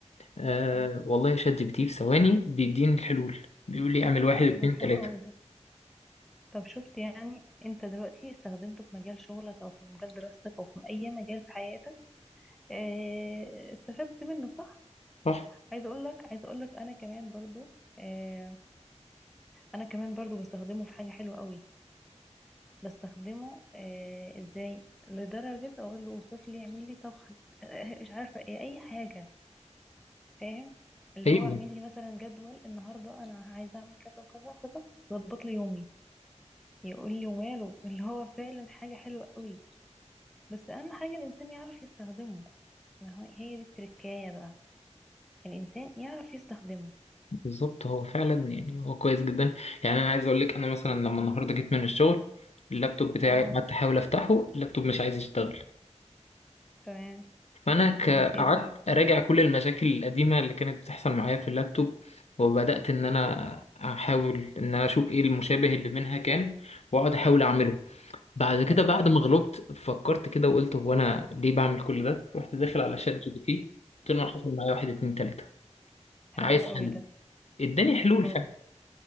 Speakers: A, in the centre; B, on the left.
A: <laughs>
B: أه
A: حلو
B: والله شات جي بي تي في ثواني بيديني الحلول بيقول لي اعمل واحد
A: طب
B: اتنين
A: والله
B: تلاتة
A: حلو قوي ده طب شفت يعني انت دلوقتي استخدمته في مجال شغلك او في مجال دراستك او في اي مجال في حياتك آه، استفدت منه صح
B: صح
A: عايزه اقول لك عايزه اقول لك انا كمان برضو آه، انا كمان برضو بستخدمه في حاجه حلوه قوي بستخدمه آه، ازاي لدرجه اقول له وصف لي اعمل لي طبخه <laughs> آه، مش عارفه ايه اي حاجه فاهم اللي
B: ايوه
A: هو اعمل لي مثلا جدول النهارده انا عايزه اعمل كذا وكذا وكذا ظبط لي يومي يقول لي وماله اللي هو فعلا حاجه حلوه قوي بس اهم حاجه الانسان يعرف يستخدمه ما هو- هي دي التركايه بقى الانسان يعرف يستخدمه
B: بالظبط هو فعلا يعني هو كويس جدا يعني انا عايز اقول لك انا مثلا لما النهارده جيت من الشغل اللابتوب بتاعي
A: اه
B: قعدت احاول افتحه اللابتوب مش عايز يشتغل
A: تمام
B: فانا ك-
A: عملت ايه
B: قعدت
A: بقى
B: اراجع كل المشاكل القديمه اللي كانت بتحصل معايا في اللابتوب وبدات ان انا احاول ان انا اشوف ايه المشابه اللي منها كان واقعد احاول اعمله بعد كده
A: طب كويس
B: بعد ما غلبت فكرت كده وقلت هو انا ليه بعمل كل ده رحت داخل على شات جي بي تي قلت له أنا حصل معايا واحد اتنين تلاته
A: حلو
B: عايز
A: قوي
B: حل
A: ده
B: اداني حلول
A: برافو
B: فعلا